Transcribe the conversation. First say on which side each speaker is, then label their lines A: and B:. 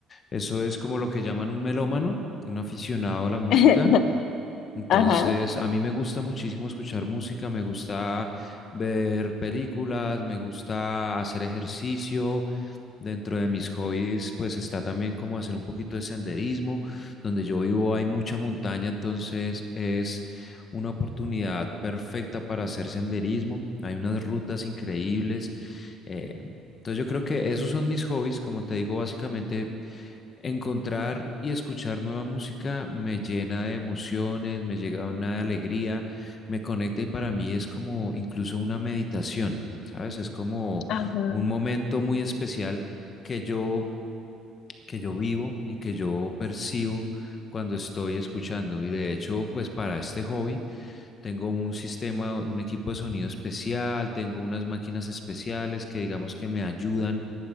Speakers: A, on the left; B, on the left.
A: eso es como lo que llaman un melómano, un aficionado a la música.
B: <laughs>
A: Entonces,
B: ajá,
A: a mí me gusta muchísimo escuchar música, me gusta ver películas, me gusta hacer ejercicio. Dentro de mis hobbies, pues está también como hacer un poquito de senderismo. Donde yo vivo hay mucha montaña, entonces es una oportunidad perfecta para hacer senderismo. Hay unas rutas increíbles. eh, entonces yo creo que esos son mis hobbies. Como te digo, básicamente Encontrar y escuchar nueva música me llena de emociones, me llega una alegría, me conecta y para mí es como incluso una meditación, ¿sabes? Es como
B: ajá.
A: un momento muy especial que yo, que yo vivo y que yo percibo cuando estoy escuchando. Y de hecho, pues para este hobby tengo un sistema, un equipo de sonido especial, tengo unas máquinas especiales que digamos que me ayudan